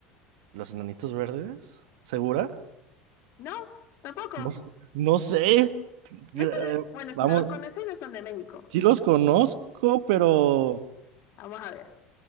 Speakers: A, on the right; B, on the left.
A: ¿Los enanitos verdes? ¿Segura?
B: No, tampoco.
A: No, sé. no sé.
B: No
A: Cre-
B: sé. Bueno,
A: Vamos,
B: si no los conocen, no son de México.
A: sí los conozco, pero
B: Vamos a ver.